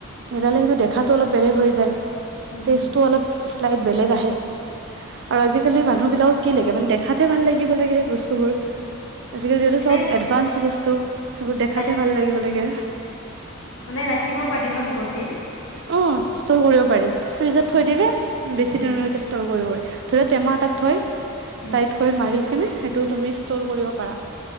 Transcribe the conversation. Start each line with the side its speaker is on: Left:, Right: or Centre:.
Right: মিলালে সেইটো দেখাটো অলপ বেলেগ হৈ যায়।
Left: হুম
Right: ষ্টেচটো
Left: হুম
Right: অলপ <unintelligible> বেলেগ আহে আৰু আজিকালি মানুহবিলাকক কি লাগে মানে দেখাতহে ভাল লাগিব লাগে বচ বস্তুবোৰ
Left: উম।
Right: আজিকালিতো
Left: এনে
Right: চব এডভাঞ্চ বচ তো' সেইবোৰ দেখাতে
Left: ৰাখি
Right: ভাল লাগিব লাগে।
Left: মানে ৰাখিব পাৰি ন' বহুত দিন।
Right: অ' ষ্টৰ কৰিব পাৰি। ফ্ৰিজত
Left: অ
Right: থৈ দিলে বেছি
Left: উম
Right: দিনলৈকে
Left: উম
Right: ষ্টৰ কৰিব পাৰি। ধৰি লও টেমা
Left: উম
Right: এটাত থৈ
Left: উম।
Right: টাইটকৈ মাৰি নে, সেইটো তুমি ষ্টৰ কৰিব পাৰা।